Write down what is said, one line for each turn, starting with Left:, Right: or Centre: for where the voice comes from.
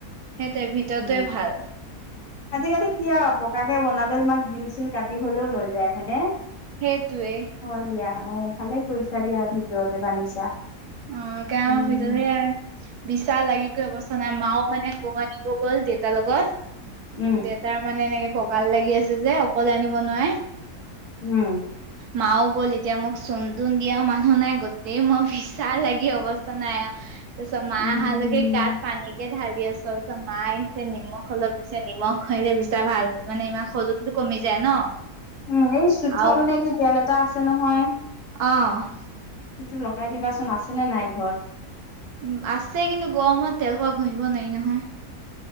Right: সেইটোৱে ভিতৰতে
Left: উম।
Right: ভাল
Left: আজিকালি কি আও পকাকে বনালেও তোমাক গীল চিল কাটি হ'লেও লৈ যায়, হয়নে?
Right: সেইেতোৱে
Left: হয় দিয়া অ' ভালে কৰিছা দিয়া ভিতৰতে বান্ধিছা
Right: অ কাৰণ
Left: উম
Right: ভিততে বিশচা লাগি গৈ অৱস্থা নাই মাও মানে কৌবাত শুব গ'ল দেউতাৰ লগত।
Left: উম
Right: তাৰ মানে এনেকে ককাল লাগি আছে যে অকলে আনিব নোৱাৰে।
Left: উম।
Right: মাও গ'ল এতিয়া মোক চোনতোন দিয়া মানুহ নাই গোতেই মই ফিছ চা লাগি অৱস্থা নাই তাৰপিচত মা
Left: উম
Right: অহালৈকে গাত পানী কে ঢালি আছোঁ মাই আহিছে নিমখ অলপ দিছে নিমখ খালে বিচা ভাল মানে ইমান খজটি সেইটো কমি যায় ন।
Left: উম এই চোঠল
Right: আৰু
Left: নে কি তেল এটা আছে নহয়।
Right: অ'
Left: সেইটো লগাই দিবাচোন আছে নে নাই ঘৰত।
Right: উম আছেই কিন্তু গৰমত তেলকুৱা ঘঁহিব নোৱাৰি নহয়